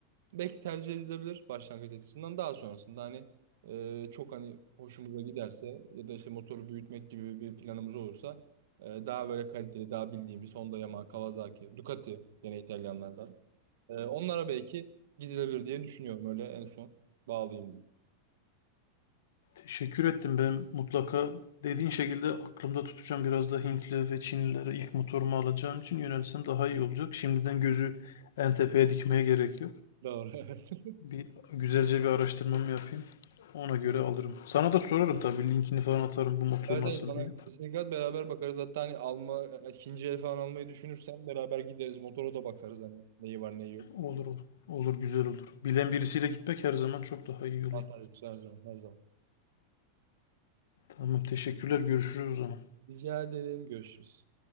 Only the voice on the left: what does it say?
Teşekkür ettim. Ben mutlaka dediğin şekilde aklımda tutacağım. Biraz da Hintli ve Çinlilere ilk motorumu alacağım için yönelsem daha iyi olacak. Şimdiden gözü en tepeye dikmeye gerek yok.
Bir güzelce bir araştırmamı yapayım. Ona göre alırım. Sana da sorarım tabii linkini falan atarım bu motor
nasıl
diye.
Olur olur. Olur güzel olur. Bilen birisiyle gitmek her zaman çok daha iyi oluyor.
Tamam teşekkürler. Görüşürüz o zaman.